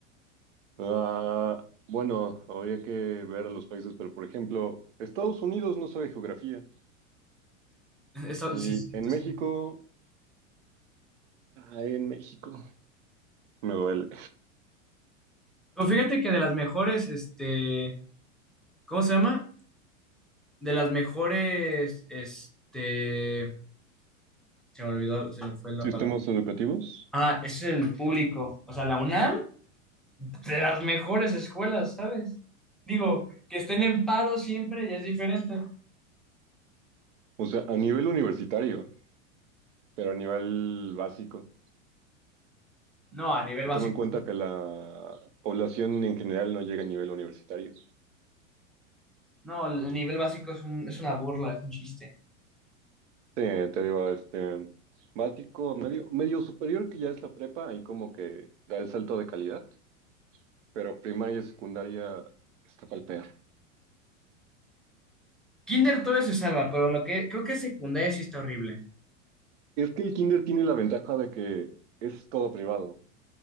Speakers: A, on the right; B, in the centre.
A: Ah, bueno, habría que ver a los países, pero por ejemplo, Estados Unidos no sabe geografía.
B: Eso,
A: Y
B: sí, sí,
A: en
B: esto es-
A: México, ay, en México, me duele.
B: Pero fíjate que de las mejores, este, ¿cómo se llama? De las mejores, este, se me olvidó, se me fue la
A: Sistemas
B: palabra.
A: educativos,
B: Ah, es el público. O sea, la UNAM, de las mejores escuelas, ¿sabes? Digo, que estén en paro siempre ya es diferente.
A: o sea, a nivel universitario, pero a nivel básico.
B: No, a nivel básico.
A: Y toma en cuenta que la población en general no llega a nivel universitario.
B: No, el nivel básico es un- es una burla, es un chiste.
A: Te, te digo, este, básico, medio, medio superior, que ya es la prepa, ahí como que da el salto de calidad, pero primaria y secundaria está pa'l perro.
B: Kinder todo se salva, pero lo que creo que secundaria sí está horrible.
A: Es que el kinder tiene la ventaja de que es todo privado.